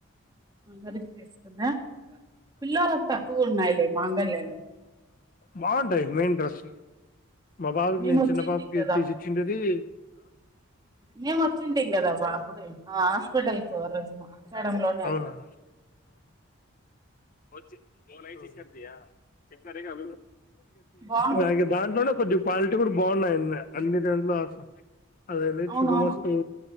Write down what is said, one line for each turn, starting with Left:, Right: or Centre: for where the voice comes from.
Right: అన్నరి చేసుకుంద పిల్లోలికి తక్కుగా ఉన్నాయిలే. మాంగ లేను
Left: బాగుంట మెయిన్ రడెస్ మా బాబుకి
Right: మేము
Left: నేను,
Right: వచ్చింటిమి
Left: చిన్న బాబుకి
Right: కదా
Left: తీసిచ్చిండేది.
Right: అప్పుడు మేము వచ్చింటిమి కదా బా హాస్పిటల్ కు రోజు క్షడంలోనే
Left: అవునా
Right: అది
Left: ఓ నై శార్దయా శనార అ
Right: బాగుంటాయి
Left: నాే బా <unintelligible> కొద్ది క్వాలిటీ కూడా బాగున్నాయి. అన్ని దంట్లోస అదేే
Right: అవునవును
Left: శుభమాసం